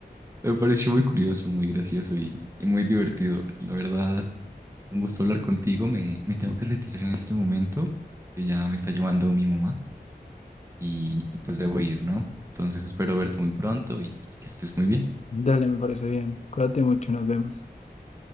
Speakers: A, on the right (about 15°); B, on the left (about 45°).
A: Me pareció muy curioso, muy gracioso y, y muy divertido. La verdad, un gusto hablar contigo. Me, me tengo que retirar en este momento, porque ya me está llamando mi mamá. y, y pues debo ir, ¿no? Entonces espero verte muy pronto y, y que estés muy bien.
B: Dale, me parece bien. Cuídate mucho, nos vemos.